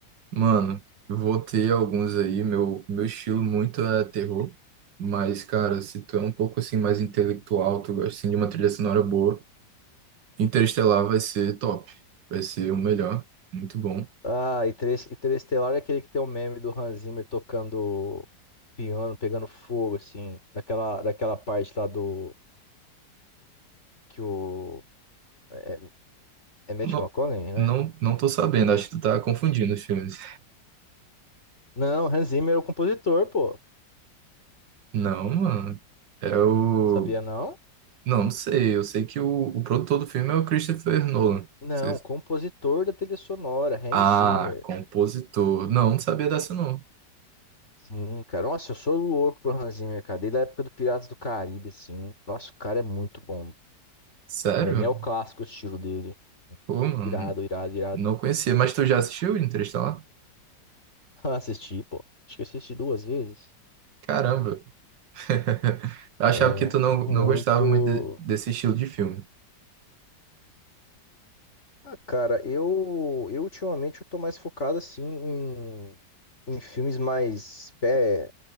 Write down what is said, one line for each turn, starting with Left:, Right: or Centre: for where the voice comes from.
Right: mano, eu vou ter alguns aí. Meu, meu estilo muito é terror, mas, cara, se tu é um pouco assim mais intelectual, tu gosta assim, de uma trilha sonora boa, Interestelar vai ser top, vai ser o melhor, muito bom.
Left: Ah, Interes- Interestelar é aquele que tem o meme do Hans Zimmer tocando piano, pegando fogo, assim, naquela daquela parte lá do que o. É, é Matthew
Right: Não,
Left: McConaughey, né?
Right: não, não tô sabendo, acho que tu tá confundindo os filmes.
Left: Não, Hans Zimmer é o compositor, pô.
Right: Não, mano, é o.
Left: Sabia não?
Right: Não, não sei, eu sei que o, o produtor do filme é o Christopher Nolan.
Left: Não,
Right: Vocês-
Left: compositor da trilha sonora, Hans
Right: Ah,
Left: Zimmer.
Right: compositor. Não, não sabia dessa, não.
Left: Sim, cara. Nossa, eu sou louco pro Hans Zimmer, cara. Desde a época do Piratas do Caribe, assim. Nossa, o cara é muito bom.
Right: Sério?
Left: É neoclássico o estilo dele.
Right: Pô, mano,
Left: Irado, irado, irado.
Right: não conhecia. Mas tu já assistiu Interestelar?
Left: <laughs> Assisti, pô. Acho que eu assisti duas vezes.
Right: Caramba. <laughs> Eu achava
Left: É,
Right: que tu não,
Left: muito.
Right: não gostava muito de- desse estilo de filme.
Left: Ah, cara, eu, eu ultimamente eu tô mais focado, assim, em, em filmes mais pé,